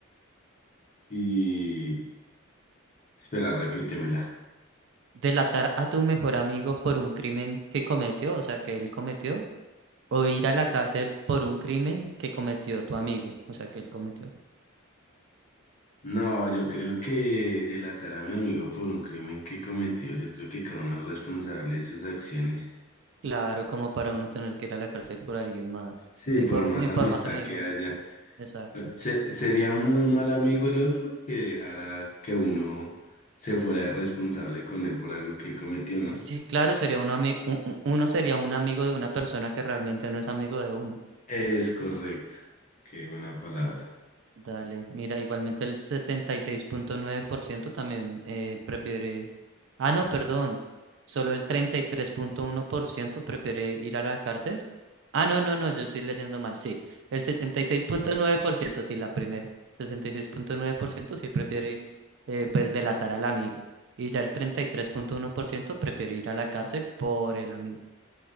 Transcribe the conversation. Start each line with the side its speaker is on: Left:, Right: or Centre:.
Left: Y espera, repítemela.
Right: delatar a tu mejor amigo por un crimen que cometió, o sea, que él cometió, o ir a la cárcel por un crimen que cometió tu amigo, o sea, que él cometió.
Left: No, yo creo que delatar a mi amigo por un crimen que cometió, yo creo que cada uno es responsable de sus acciones.
Right: Claro, como para uno tener que ir a la cárcel por alguien más,
Left: Sí,
Right: ni
Left: por
Right: por,
Left: más
Right: ni
Left: amistad
Right: por más amigo.
Left: que haya.
Right: Exacto.
Left: eh, se- sería muy mal amigo el otro que dejara que uno se fuera irresponsable con él por algo que él cometió, ¿no?
Right: Sí, claro, sería un ami- u- u- uno sería un amigo de una persona que realmente no es amigo de uno.
Left: Es correcto. Qué buena palabra.
Right: Dale, mira, igualmente el sesenta y seis punto nueve por ciento también eh, prefiere... Ah, no, perdón. Solo el treinta y tres punto uno por ciento prefiere ir a la cárcel. Ah, no, no, no, yo estoy leyendo mal. Sí, el sesenta y seis punto nueve por ciento sí, la primera. sesenta y seis punto nueve por ciento sí prefiere, eh, pues, delatar al amigo. Y ya el treinta y tres punto uno por ciento prefiere ir a la cárcel por el amigo.